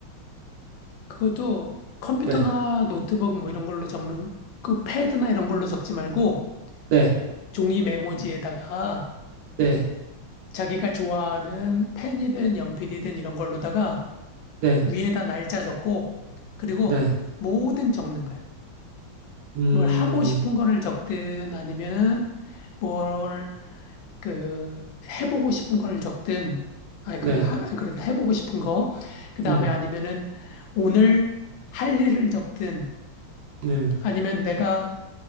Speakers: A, on the left; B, on the right.
A: 그것도 컴퓨터나
B: 네,
A: 노트북 뭐 이런 걸로 적는 그 패드나 이런 걸로 적지 말고
B: 네,
A: 종이 메모지에다가
B: 네,
A: 자기가 좋아하는 펜이든 연필이든 이런 걸로다가
B: 네,
A: 위에다 날짜 적고 그리고
B: 네.
A: 뭐든 적는 거예요
B: 음,
A: 뭘 하고 싶은 거를 적든 아니면은 뭘 그 해보고 싶은 거를 적든 아니
B: 네,
A: 그런 하 그런 해보고 싶은 거 그다음에
B: 음,
A: 아니면은 오늘 할 일을 적든
B: 네,
A: 아니면 내가